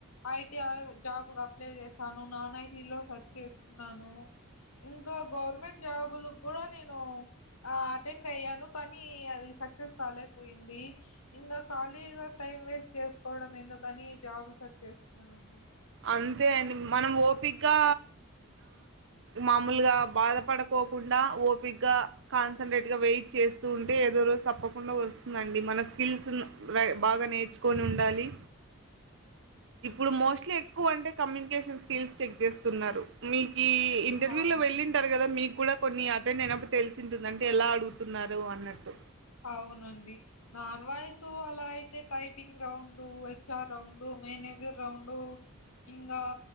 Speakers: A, on the left (about 85°); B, on the right (about 60°).
A: ఐటీ జాబ్ అప్లై చేశాను నాన్ ఐటీ లో స చేస్తున్నాను ఇంకా గవర్నమెంట్ జాబులు కూడా నేను ఆ అటెండ్ అయ్యాను కానీ అది సక్సెస్ కాలే పోయింది ఇంగా ఖాళీగా టైం వేస్ట్ చేసుకోవడం ఎందుకని జాబ్ సెర్చ్ చేస్తున్నానండి
B: అంతే అండి మనం ఓపిగా మామలుగా బాధపడకోకుండా ఓ ఓపిగా కాన్సన్ంట్రేట్ గా వెయిట్ చేస్తూ ఉంటే ఏదో రోజు తప్పకుండా వస్తుందండి మన స్కిల్స్ ను రయ్ బాగా నేర్చుకొని ఉండాలి ఇప్పుడు మోస్ట్లీ ఉ అంటే కమ్యూనికేషన్ స్కిల్స్ చెక్ చేస్తున్నారు మీకి ఇంటర్వ్యూ
A: అవును
B: లో వెళ్లింటారు గా కదా మీకు కూడా కొన్ని అటెండ్ అయినప్పుడు తెలిసి ఉంటుందంటే ఎలా అడుగుతున్నారు అన్నట్టు
A: అవునండి నాన్ వాయిసు అలా అయితే typing round HR round మేనే <unintelligible> round ఇంకా